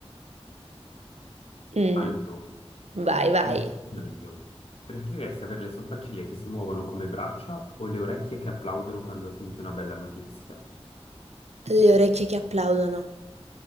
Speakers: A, on the right; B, on the left.
A: Mm,
B: Allora.
A: vai, vai.
B: Per- Meglio. Preferiresti avere le sopracciglia che si muovono come braccia o le orecchie che applaudono quando senti una bella notizia?
A: Le orecchie che applaudono,